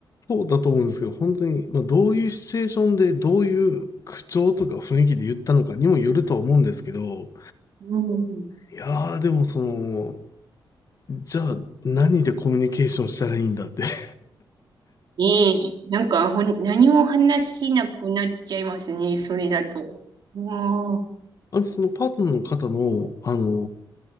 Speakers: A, on the left; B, on the right.
A: そうだと思うんですけど、本当に、まあ、どういうシチュエーションで、どういう口調とか雰囲気で言ったのかにもよるとは思うんですけど、
B: うん。
A: いやー、でもその、じゃあ何でコミュニケーションしたらいいんだって。<laughs>
B: ねえ、なんかほん、何も話せなくなっちゃいますね、それだと。うん。
A: あの、そのパートナーの方の、あの、